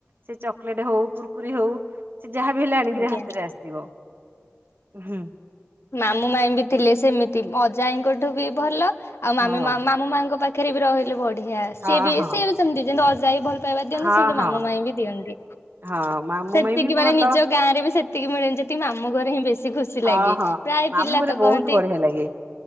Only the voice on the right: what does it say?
ସେ ଚକୋଲେଟ୍ ହଉ କୁୁରକୁରେ ହଉ ସେ ଯାହାବି ହେଲେ ଆଣିକିରି
ହାତରେ ଆସିଥିବ ହୁଁ
ହଁ।
ହଁ
ହଁ
ହଁ
ହଁ
ହଁ ମାମୁଁ
ମାଇଁ ବି ଭଲ
ହଁ
ହଁ
ମାମୁଁ
ଘରେ
ବହୁତ
ବଢିଆ ଲାଗେ